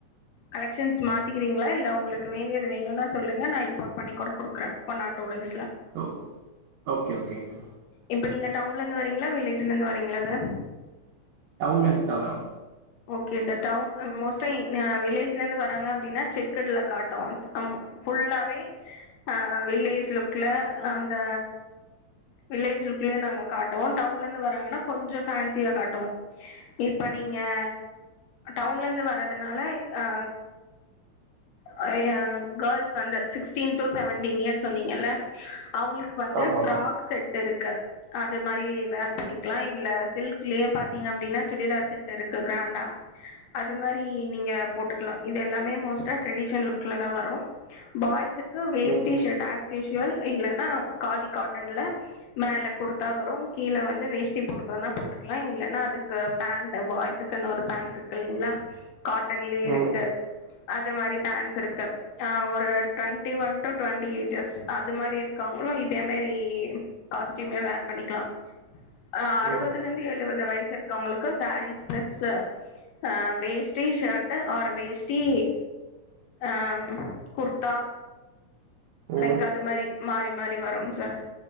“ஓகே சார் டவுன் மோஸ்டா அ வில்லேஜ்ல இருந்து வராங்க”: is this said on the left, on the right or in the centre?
Left